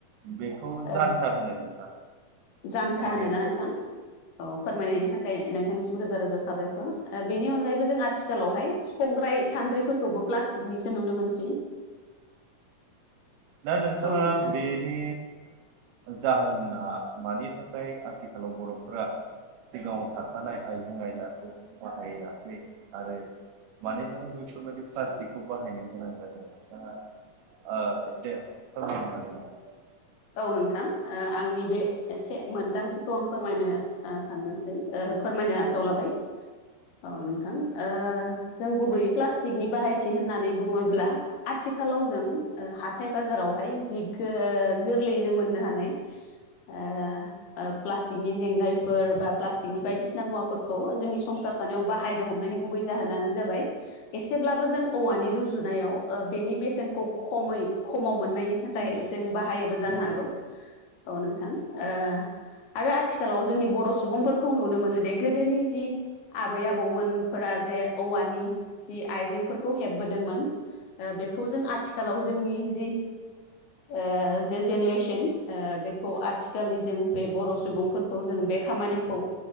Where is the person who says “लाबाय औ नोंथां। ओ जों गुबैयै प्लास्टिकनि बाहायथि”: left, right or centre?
Left